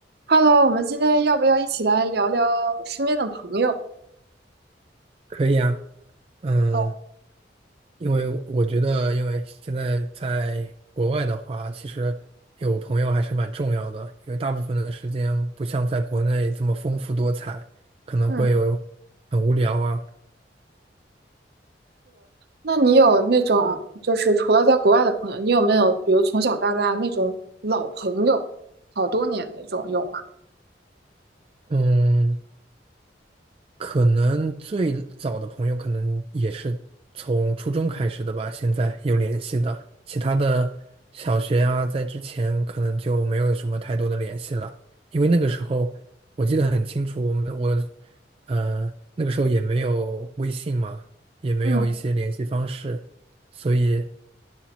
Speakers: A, on the right; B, on the right.
A: Hello，我们今天要不要一起来聊聊身边的朋友？
B: 可以啊，嗯，
A: 哦，
B: 因为我觉得，因为现在在国外的话，其实有朋友还是蛮重要的，因为大部分的时间不像在国内这么丰富多彩，可能会有很无聊啊。
A: 嗯，那你有那种就是除了在国外的朋友，你有没有比如从小到大那种老朋友，好多年那种有吗？
B: 嗯，可能最早的朋友可能也是从初中开始的吧，现在有联系的，其他的小学啊，在之前可能就没有什么太多的联系了，因为那个时候我记得很清楚，我们我呃那个时候也没有微信嘛，也没有一些联系方式，
A: 嗯，
B: 所以